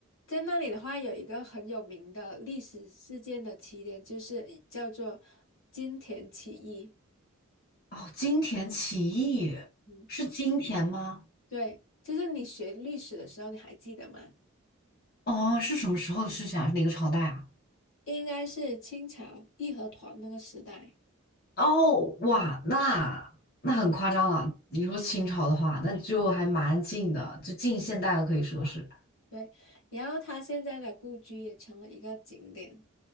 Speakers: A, on the left (about 65°); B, on the left (about 45°).
A: 在那里的话，有一个很有名的历史事件的起点，就是叫做金田起义。
B: 哦，金田起义
A: 嗯，
B: 是金田吗？
A: 对，就是你学历史的时候，你还记得吗？
B: 哦，是什么时候的事情啊？是哪个朝代啊？
A: 应该是清朝义和团那个时代。
B: 哦，哇，那那很夸张了。你说清朝的话，那就还蛮近的，就近现代了，可以说是。
A: 对，然后他现在的故居也成了一个景点，